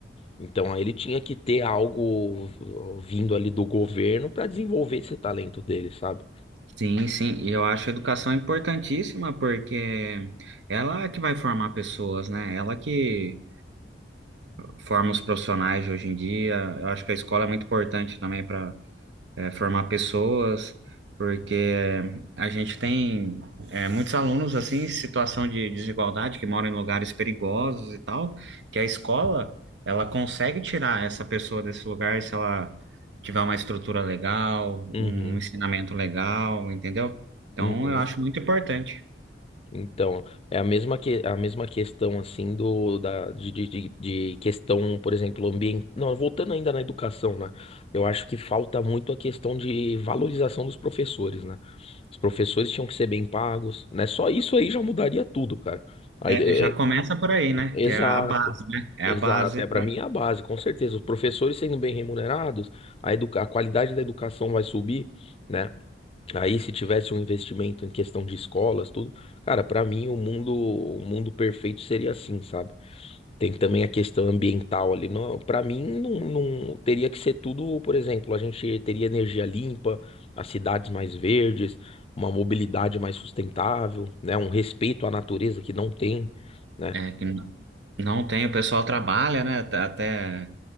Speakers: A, on the left (about 35°); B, on the right (about 80°).
A: Então, aí ele tinha que ter algo vindo ali do governo para desenvolver esse talento dele, sabe?
B: Sim, sim, e eu acho a educação importantíssima porque ela é que vai formar pessoas, né? Ela que forma os profissionais de hoje em dia. Eu acho que a escola é muito importante também é, formar pessoas, porque a gente tem é, muitos alunos assim, em situação de desigualdade, que moram em lugares perigosos e tal, que a escola, ela consegue tirar essa pessoa desse lugar se ela tiver uma estrutura legal,
A: Uhum.
B: um ensinamento legal, entendeu? Então,
A: uhum.
B: eu acho muito importante.
A: Então, é a mesma, que, a mesma questão, assim, do, da, de, de, de- de questão, por exemplo, ambiente. Não, voltando ainda na educação, né? Eu acho que falta muito a questão de valorização dos professores, né? Os professores tinham que ser bem pagos, né? Só isso aí já mudaria tudo, cara. Aí,
B: É,
A: é,
B: já começa
A: é,
B: por aí, né?
A: exato,
B: Que é a base, né? É
A: exato.
B: a base
A: É,
B: para
A: para mim é a base, com certeza. Os professores sendo bem remunerados, a, educa a qualidade da educação vai subir, né? Aí, se tivesse um investimento em questão de escolas, tudo, cara, pra mim o mundo, o mundo perfeito seria assim, sabe? Tem também a questão ambiental ali. Não, para mim, não, não- teria que ser tudo, por exemplo, a gente teria energia limpa, as cidades mais verdes, uma mobilidade mais sustentável, né? Um respeito à natureza que não tem, né?
B: é, que não não tem, o pessoal trabalha, né? Tá- Até